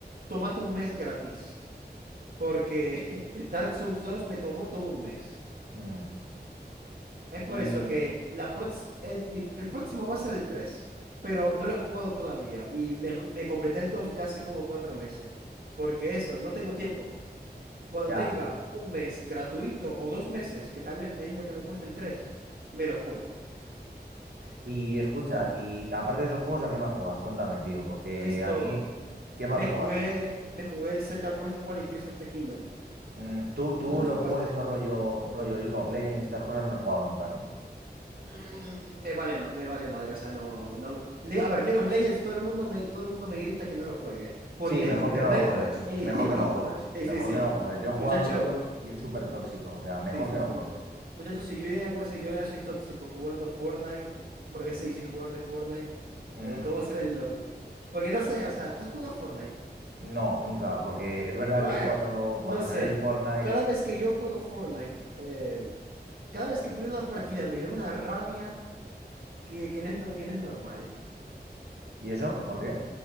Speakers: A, on the right; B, on the right.
A: tómate un mes gratis, porque <laughs> Dark Souls 2 me tomó todo un mes.
B: Mm.
A: Es por
B: Y
A: eso que la prox- eh, mi- el próximo va a ser el tres pero no lo he jugado todavía y me, ju- me completé el 2 ya hace como cuatro meses, porque eso, no tengo tiempo. Cuando
B: ya,
A: tenga
B: y,
A: un mes gratuito o dos meses, que tal vez me es lo que me cuesta el 3 me lo juego.
B: Y escucha, y aparte de esos juegos, ¿a qué más juegas? Cuéntame, tío, porque
A: Esto,
B: a mí, ¿qué más
A: me
B: juegas?
A: jugué, me jugué el Zelda Breath of the Wild y Tears of the Kingdom.
B: Mm, tú, tú
A: ¿Tú tres
B: los
A: jugaste?
B: juegos estos rollo, rollo League of Legends y estas cosas no has jugado nunca, ¿no?
A: Mm, me vale, ma- me vale madre, o sea, no, no. me- Le- a ver, League of Legends, todo el mundo me, todo el mundo me grita que no lo juegue por
B: Sí,
A: desde
B: mejor
A: internet.
B: que no lo juegues,
A: eh,
B: mejor que no juegues,
A: <laughs> sí,
B: mejor
A: sí, sí.
B: que no juegues. Yo he jugado,
A: Muchacho,
B: tío, y es súper tóxico, o sea, mejor
A: Sí, sí,
B: que no
A: sí.
B: juegues.
A: Muchachos, si yo ya por si yo ya soy tóxico jugando Fortnite, porque sí, soy jugador de Fortnite,
B: Mm,
A: eh, ¿cómo será el LOL? <laughs> Porque no sé,
B: sí.
A: o sea, tú juegas Fortnite.
B: No, nunca, porque es verdad
A: Bueno,
B: que
A: a ver,
B: cuando,
A: no
B: cuando
A: sé.
B: salió el Fortnite
A: Cada vez que yo juego Fortnite, eh, cada vez que pierdo una partida me da una rabia que, que no es, no- que no es normal.
B: y eso, ¿por qué?